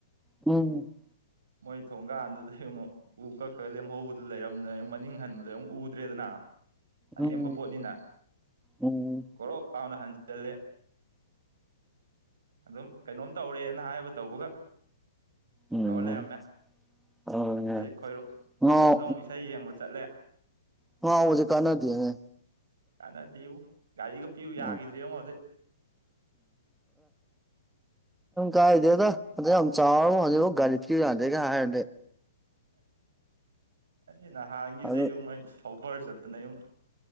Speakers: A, in the centre; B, on the right.
A: ꯎꯝ
B: ꯃꯣꯏ ꯊꯣꯡꯒꯥꯥꯟꯗꯨꯗ ꯢꯕꯨꯡꯉꯣ ꯎ ꯀꯛꯈ꯭ꯔꯒ ꯂꯦꯝꯍꯧꯕꯗꯨ ꯂꯩꯔꯝꯗꯅ ꯃꯅꯤꯡ ꯍꯟꯕꯗ ꯑꯃꯨꯛ ꯎꯗ꯭ꯔꯦꯗꯅ ꯑꯅꯦꯝꯕ
A: ꯎꯝ
B: ꯄꯣꯠꯅꯤꯅ
A: ꯎꯝ
B: ꯒꯣꯔꯣꯛ ꯂꯥꯎꯅ ꯍꯟꯖꯤꯜꯂꯦ ꯑꯗꯨꯝ ꯀꯩꯅꯣꯝ ꯇꯧꯔꯦꯅ ꯍꯥꯏꯕ ꯇꯧꯕꯒ
A: ꯎꯝ
B: ꯇꯧꯔ ꯂꯩꯔꯝꯃꯦ
A: ꯑꯗꯨꯅꯦ
B: ꯑꯗꯩ ꯈꯣꯏꯔ ꯈꯣꯏꯔꯣꯝꯗ
A: ꯉꯥꯎ
B: ꯑꯃꯨꯛ ꯏꯁꯩ ꯌꯦꯡꯕ ꯆꯠꯂꯦ
A: ꯉꯧꯕꯁꯤ ꯀꯥꯟꯅꯗꯦꯅꯦ
B: ꯀꯥꯟꯅꯗꯦꯉꯣ ꯒꯥꯔꯤꯒ ꯄꯤꯌꯨ ꯌꯥꯈꯤꯗ꯭ꯔꯦꯉꯣ
A: ꯎꯝ
B: ꯑꯗꯩ
A: ꯀꯥꯏꯗꯦꯗ ꯑꯗꯧꯛ ꯌꯥꯝ ꯆꯥꯎꯔꯕꯨ ꯍꯧꯖꯤꯛꯐꯥꯎ ꯒꯔꯤ ꯄꯤꯌꯨ ꯌꯥꯗꯦꯒ ꯍꯥꯢꯔꯗꯤ
B: ꯑꯩ ꯅꯍꯥꯟꯈꯤꯗꯨꯗꯩ
A: ꯑꯗꯨ
B: ꯑꯩ ꯁꯣꯕꯔ ꯆꯠꯇꯅ ꯢꯕꯨꯡꯉꯣ